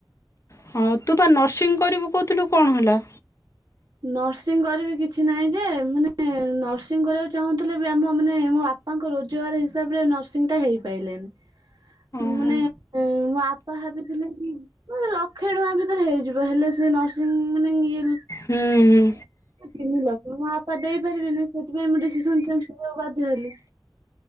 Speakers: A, on the left (about 35°); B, on the right (about 60°).
A: ହଁ ତୁ ପା ନର୍ସିଂ କରିବୁ କହୁଥିଲୁ କଣ ହେଲା?
B: ନର୍ସିଂ କରିବି କିଛି ନାହିଁ ଯେ, ମାନେ ନର୍ସିଂ କରିବାକୁ ଚାହୁଁଥିଲେ ବି ଆମ ମାନେ ମୋ ବାପା ବାପାଙ୍କ ରୋଜଗାର ହିସାବରେ ନର୍ସିଂଟା ହେଇପାଇଲାନି
A: ଓହୋ
B: ମାନେ ମୋ ଆ ଟା ଭାବିଥିଲେ କି ମାନେ ଲକ୍ଷେ ଟଙ୍କା ଭିତରେ ହେଇଯିବ ହେଲେ ସେ ନର୍ସିଂ ମାନେ ଇଏ
A: ହୁଁ ହୁଁ
B: ତିନି ଲକ୍ଷ ମୋ ବାପା ଦେଇପାରିବେନି ସେଥିପାଇଁ ମୁଁ ଡିସିସନ୍ ଚେଞ୍ଚ୍ କରିବାକୁ ବାଧ୍ୟ ହେଲି।